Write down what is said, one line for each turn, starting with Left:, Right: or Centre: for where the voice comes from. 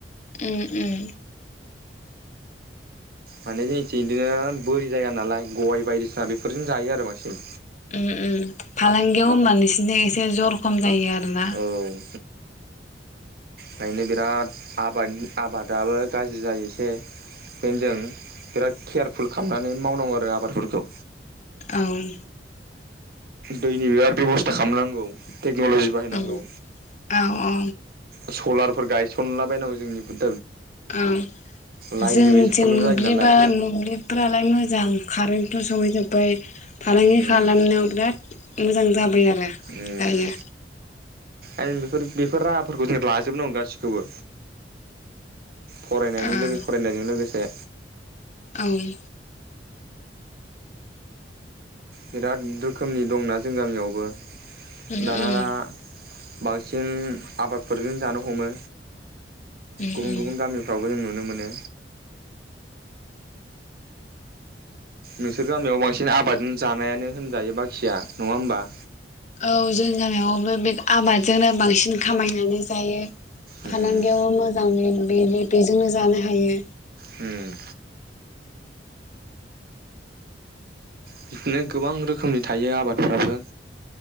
Left: उम उम
Right: माने जोंनिथिं बिदिनो बोरि जायगा नालाय गय बायदिसिना बेफोरजों जायो आरो बांसिन
Left: ओम ओम फालांगियाव होमबा नोंसिनिथिं एसे जर खम जायो आरोना
Right: औ ओम नायनो बिराद आबादनि आबादाबो गाज्रि जायो बे बेनो जों बिराद केयारफुल खालामनानै मावनांगौ आरो आबादफोरखौ
Left: औ उम
Right: दैनि बिराद बेब'स्था खालामनांगौ टेक्न'लजि बाहायनांगौ
Left: औ औ औ
Right: सलारफोर गायसनला बायनांगौ जोंनिथिं
Left: औ
Right: लाइननिबो
Left: जों
Right: एसे
Left: जों
Right: प्रब्लेम
Left: मोब्लिबा
Right: जायो नालाय
Left: मोब्लिबफ्रालाय मोजां कारेन्टथ' सहैजोबबाय फालांगि
Right: उम
Left: खालामनायाव बिराद मोजां जाबाय आरो
Right: उम
Left: दायो
Right: आरो बेफोर बेफोर राहाफोरखौ जों लाजोबनांगौ गासिखौबो फरायनायनि
Left: ओं
Right: लोगो फरायनायजों लोगोसे
Left: आंनि
Right: बिराद रोखोमनि दंना जों गामियावबो
Left: उम
Right: दाना दा बांसिन आबादफोरजों जानो हमो
Left: उम
Right: गुबुन
Left: उम
Right: गुबुन गामिफ्रावबो जों नुनो मोनो नोंसोर गामियाव बांसिन आबाद जानायानो होनजायो बाखिया नङा होमबा
Left: औ जों गामियावबो बे आबादजोंनो बांसिन खामायनानै जायो
Right: उम
Left: फालांगियाव मोजां मेन बिलि बेजोंनो जानो हायो
Right: होम बिदिनो गोबां रोखोमनि थायो आबादफ्राबो